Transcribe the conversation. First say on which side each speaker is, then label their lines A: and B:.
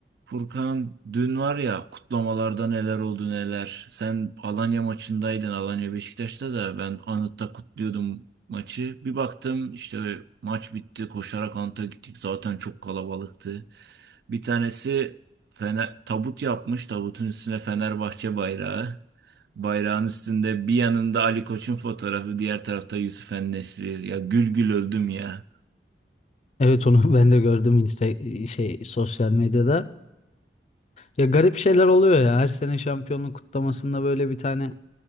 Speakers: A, on the right; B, on the left.
A: Furkan dün var ya kutlamalarda neler oldu neler. Sen Alanya maçındaydın Alanya Beşiktaş'ta da ben Anıt'ta kutluyordum maçı. Bir baktım işte maç bitti koşarak Anıt'a gittik zaten çok kalabalıktı. Bir tanesi fener, tabut yapmış tabutun üstüne Fenerbahçe bayrağı. Bayrağın üstünde bir yanında Ali Koç'un fotoğrafı diğer tarafta Yusuf en Ya gül gül öldüm ya.
B: Evet onu <laughs> ben de gördüm Insta şey sosyal medyada. Ya garip şeyler oluyor ya. Her sene şampiyonluk kutlamasında böyle bir tane